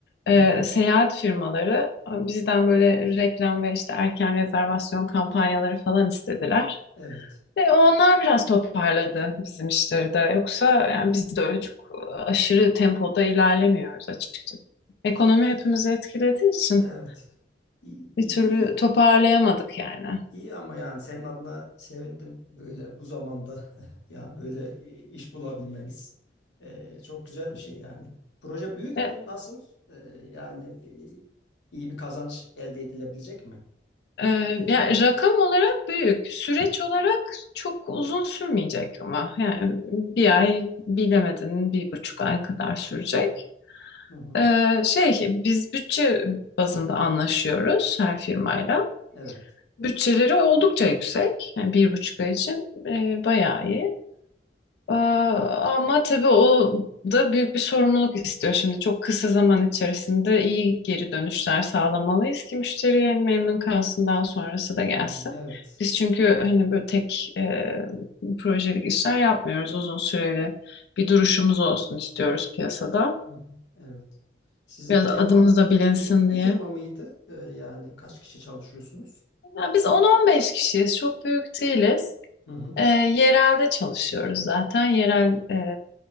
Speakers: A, on the left; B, on the left.
A: <laughs> Hı
B: e,
A: hı.
B: seyahat firmaları bizden böyle reklam ve işte erken rezervasyon kampanyaları falan istediler.
A: Evet.
B: Ve onlar biraz toparladı bizim işleri de. Yoksa yani biz de öyle çok aşırı tempoda ilerlemiyoruz açıkçası. Ekonomi hepimizi etkilediği için
A: Evet. İyi,
B: bir
A: iyi,
B: türlü toparlayamadık yani.
A: iyi ama yani senin adına sevindim böyle bu zamanda <laughs> yani böyle iş bulabilmeniz. Ee, çok güzel bir şey yani. Proje büyük
B: Ve
A: mü? Nasıl? Ee, yani e, iyi bir kazanç elde edilebilecek mi?
B: e, yani rakam olarak büyük, süreç olarak çok uzun sürmeyecek ama yani bir ay bilemedin bir buçuk ay kadar sürecek.
A: Hı hı.
B: E, şey biz bütçe bazında anlaşıyoruz her firmayla.
A: Evet.
B: Bütçeleri oldukça yüksek. Yani bir buçuk ay için e, bayağı iyi. Ee, ama tabii o da büyük bir sorumluluk istiyor şimdi. Çok kısa zaman içerisinde iyi geri dönüşler sağlamalıyız ki müşteriye memnun kalsın daha sonrası da gelsin.
A: Hı Evet.
B: Biz çünkü hani böyle tek e, projelik işler yapmıyoruz. Uzun süreli bir duruşumuz olsun istiyoruz piyasada.
A: Hı hı. Evet. Sizin
B: Biraz
A: firma
B: adımız
A: b-
B: da bilinsin
A: büyük
B: diye.
A: bir firma mıydı? Ee, yani kaç kişi çalışıyorsunuz?
B: Ya biz 10-15 kişiyiz. Çok büyük değiliz.
A: Hı hı.
B: E, yerelde çalışıyoruz zaten. Yerel e,